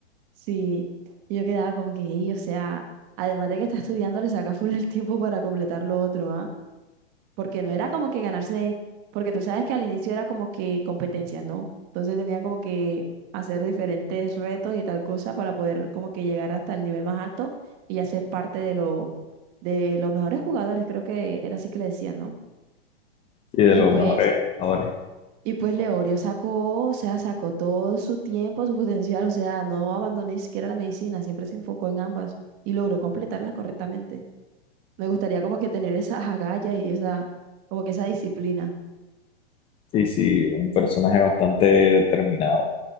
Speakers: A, on the right (about 30°); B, on the left (about 15°).
A: sí, y yo quedaba como que, "Ey, o sea, además de que está estudiando, le saca full el tiempo para completar lo otro, ¿ah?" porque no era como que ganarse, porque tú sabes que al inicio era como que competencias, ¿no? Entonces tenía como que hacer diferentes retos y tal cosa para poder como que llegar hasta el nivel más alto y hacer parte de lo, de los mejores jugadores, creo que era así que le decían, ¿no?
B: sí, de
A: Y
B: los
A: pues,
B: mejores. pescadores.
A: y pues Leorio sacó, o sea, sacó todo su tiempo, su potencial, o sea, no abandonó ni siquiera la medicina, siempre se enfocó en ambas y logró completarlas correctamente. Me gustaría como que tener esa <laughs> agallas y esa, como que esa disciplina.
B: Sí, sí, un personaje bastante determinado.